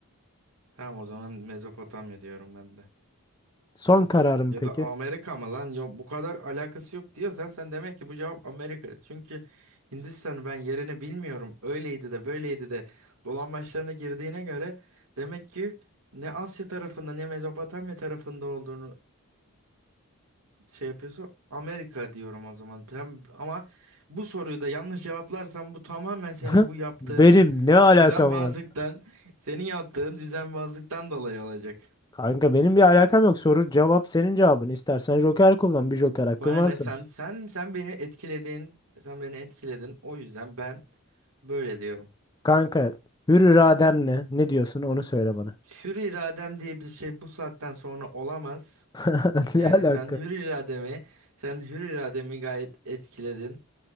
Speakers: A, on the right; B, on the left.
A: Tamam o zaman Mezopotamya diyorum ben de.
B: Son kararım
A: Ya
B: peki.
A: da Amerika mı lan? Yok bu kadar alakası yok diyorsan sen demek ki bu cevap Amerika. Çünkü Hindistan'ı ben yerini bilmiyorum. Öyleydi de böyleydi de dolambaçlarına girdiğine göre demek ki ne Asya tarafında ne Mezopotamya tarafında olduğunu şey yapıyorsa Amerika diyorum o zaman. Sen, ama bu soruyu da yanlış cevaplarsan bu tamamen senin
B: <laughs>
A: bu yaptığın
B: Benim ne alakam
A: düzenbazlıktan,
B: var?
A: senin yaptığın düzenbazlıktan dolayı olacak.
B: Kanka benim bir alakam yok. Soru cevap senin cevabın. İstersen Joker kullan. Bir Joker hakkın
A: Bana
B: varsa.
A: ne sen sen sen beni etkiledin. Sen beni etkiledin. O yüzden ben böyle diyorum.
B: Kanka hür iradenle ne diyorsun onu söyle bana.
A: Hür iradem diye bir şey bu saatten sonra olamaz.
B: <laughs>
A: Yani
B: Ne alaka?
A: sen hür irademi, sen hür irademi gayet etkiledin.